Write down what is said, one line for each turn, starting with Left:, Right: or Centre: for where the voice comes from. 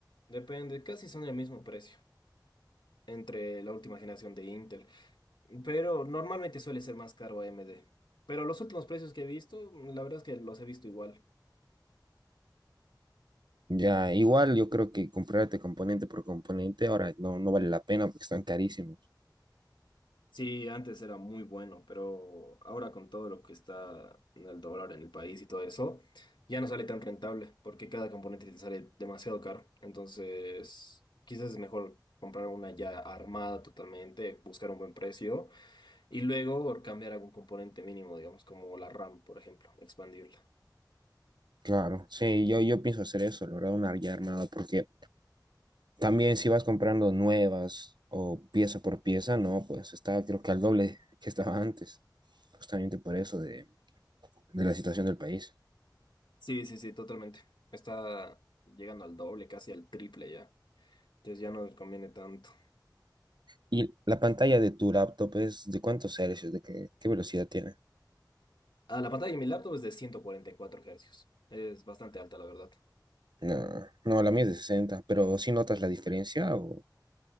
Left: depende, casi son el mismo precio entre la última generación de Intel. Pero normalmente suele ser más caro AMD. Pero los últimos precios que he visto, la verdad es que los he visto igual.
Right: Ya, igual yo creo que comprarte componente por componente ahora no, no vale la pena porque están carísimos.
Left: Sí, antes era muy bueno, pero ahora con todo lo que está en el dólar en el país y todo eso, ya no sale tan rentable porque cada componente te sale demasiado caro. Entonces, quizás es mejor comprar una ya armada totalmente, buscar un buen precio y luego cambiar algún componente mínimo, digamos, como la RAM, por ejemplo, expandirla.
Right: Claro, sí, yo, yo pienso hacer eso, la verdad, una ya armada, porque también si vas comprando nuevas o pieza por pieza, no, pues está creo que al doble <laughs> que estaba antes, justamente por eso de, de la situación del país.
Left: Sí, sí, sí, totalmente. Está llegando al doble, casi al triple ya. Entonces ya no nos conviene tanto.
Right: ¿Y la pantalla de tu laptop es de cuántos hercios, de qué, qué velocidad tiene?
Left: Ah, la pantalla de mi laptop es de ciento cuarenta y cuatro Hz. Es bastante alta, la verdad.
Right: No, no, la mía es de sesenta pero ¿sí notas la diferencia o,